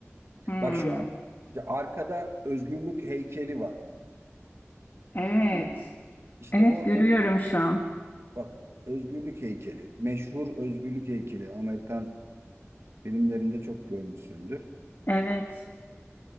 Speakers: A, on the left; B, on the right.
A: Hmm,
B: Bak şu işte arkada özgürlük heykeli var.
A: evet.
B: Ama İşte
A: Evet
B: o
A: görüyorum
B: o-
A: şu an.
B: bak özgürlük heykeli. Meşhur özgürlük heykeli. Amerikan filmlerinde çok görmüşsündür.
A: Evet.